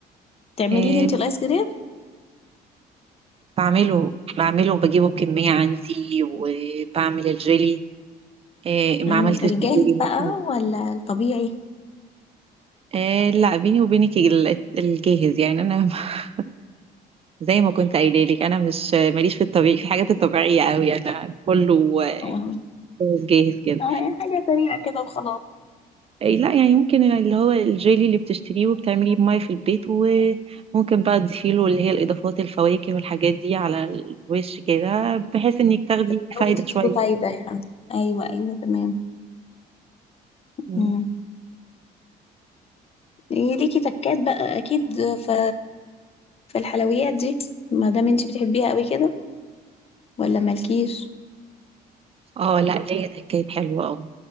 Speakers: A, on the left; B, on the right.
A: تعمليه
B: إيه
A: انت الايس كريم
B: بعمله بعمله وبجيبه بكمية عندي وبعمل الجيلي إيه
A: مم،
B: ما عملتش
A: الجاهز
B: الجيلي
A: بقى
B: ممكن
A: ولا الطبيعي
B: إيه لا بيني وبينك ال- الجاهز يعني انا <laughs> زي ما كنت قايله لك انا مش ماليش في الطبيعي في حاجات الطبيعيه قوي انا كله
A: اه
B: جاهز جاهز كده
A: آه، يعني حاجة سريعة كده وخلاص
B: إيه، لا يعني ممكن اللي هو الجيلي اللي بتشتريه وبتعمليه بمية في البيت وممكن بقى تضيفيله اللي هي الإضافات الفواكه والحاجات دي على الوش كده بحيث إنك تاخدي
A: بتحاولي
B: فايدة
A: تديله
B: شوية
A: فايدة يعني ايوه ايوه تمام
B: مم.
A: مم. إيه ليكي تكات بقى اكيد في في الحلويات دي ما دام انت بتحبيها قوي كده ولا مالكيش
B: اه لا ليا ده كانت حلوة اه